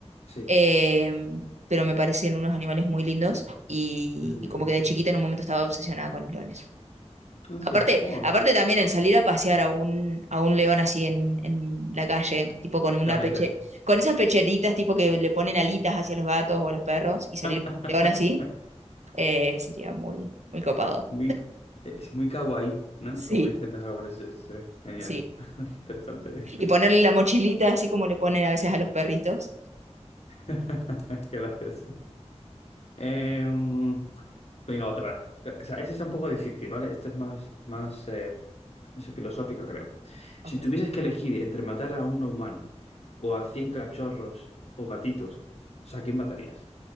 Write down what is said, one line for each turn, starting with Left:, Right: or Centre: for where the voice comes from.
Left: sí.
Right: eh, pero me parecen unos animales muy lindos y,
Left: Ujú,
Right: y como
Left: ujú.
Right: que de chiquita en un momento estaba obsesionada con los leones.
Left: Ah,
Right: Aparte,
Left: sí. Oh,
Right: aparte también el salir a pasear a un, a un león así en, en la calle, tipo con una
Left: está bien,
Right: peche,
Left: está bien.
Right: con esas pecheritas tipo que le ponen alitas hacia los gatos o a los perros y salir
Left: <laughs>
Right: con un león así. Eh, sería muy, muy copado.
Left: Muy- es muy kawaii, ¿no?
Right: Sí.
Left: Como dicen los japoneses. es eh, genial.
Right: Sí.
Left: <laughs> Interesante.
Right: Y ponerle la mochilita así como le ponen a veces a los perritos.
Left: <laughs> Gracias. Em, Venga, otra. O sea, esta está un poco difícil, ¿vale? Esta es más, más eh, eso, filosófica, creo.
Right: Ok.
Left: Si tuvieses que elegir entre matar a un humano o a 100 cachorros o gatitos, o sea, ¿a quién matarías?